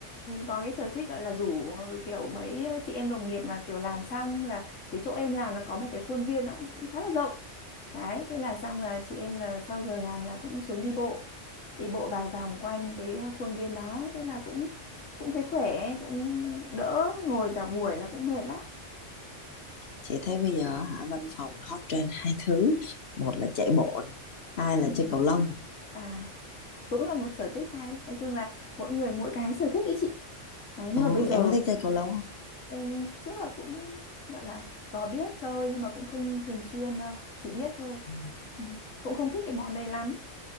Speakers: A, on the left (about 80°); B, on the left (about 55°).
A: có cái sở thích gọi là rủ kiểu mấy chị em đồng nghiệp mà kiểu làm xong là cái chỗ em làm nó có một cái khuôn viên nó cũng khá là rộng đấy thế là xong là chị em là sau giờ làm là cũng xuống đi bộ đi bộ vài vòng quanh cái khuôn viên đó thế là cũng cũng thấy khỏe cũng đỡ ngồi cả buổi là cũng mệt lắm
B: chị thấy bây giờ hả văn phòng hot trend hai thứ một là chạy bộ này, hai là
A: Ừ.
B: chơi cầu lông
A: à cũng là một sở thích hay nói chung là mỗi người mỗi cái sở thích ý chị đấy, nhưng
B: ừ
A: mà bây giờ
B: em có thích chơi cầu lông không
A: Em trước là cũng gọi là có biết chơi nhưng mà cũng không thường xuyên đâu, chỉ biết thôi.
B: Ừ.
A: Ừ. Cũng không thích cái món đấy lắm.